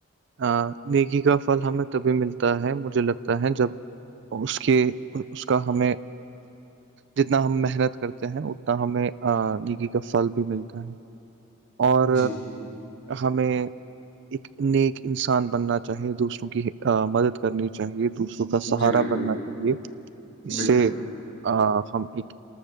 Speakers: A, on the right (about 60°); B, on the left (about 60°).
A: ا نگی کا پھل ہمیں تبھی ملتا ہے مجھے لگتا ہے جب اس کے اس کا ہمیں جتنا ہم محنت کرتے ہیں اتنا ہمیں نگی کا فھل بھی ملتا ہے اور
B: جی
A: ہمیں ایک نیک انسان بننا چاہیے دوسروں کی مدد کرنی چاہیے دوسروں کا
B: جی
A: سہارا
B: بالکل
A: بننا چاہیے اس
B: بالکل
A: سے آ ہم ایک